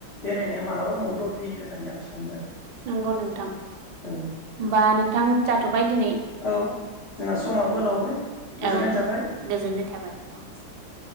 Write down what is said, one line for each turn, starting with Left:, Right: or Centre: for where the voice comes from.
Left: बेरायनाया मालाबा मदद होयो होननानै आं सानो आरो
Right: नंगौ नोंथां होमबा
Left: औ
Right: नोंथां जाथ'बाय दिनै ।
Left: औ जोंहा समाबो लावबाय गोजोननाय
Right: औ
Left: थाबाय ।
Right: गोजोननाय थाबाय औ